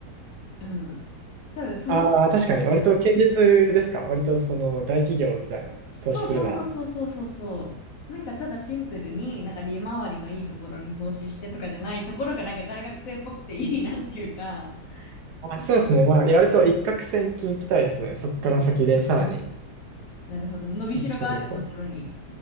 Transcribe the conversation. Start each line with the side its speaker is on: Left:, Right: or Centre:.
Left: うん。多分その、
Right: ああ、確かに。割と堅実ですか割とその大企業みたいな投資するなら。
Left: そうそうそうそうそうそうそう。なんかただシンプルに、なんか利回りのいいところに投資してとかじゃないところが、なんか大学生っぽくていいなっていうか、
Right: あ、
Left: なんか、
Right: そうですね。まあ、やると一攫千金いきたいですね。そこから先でさらに。
Left: うんうんうんうん。なるほど。伸びしろがあるところに、
Right: どっちかというと。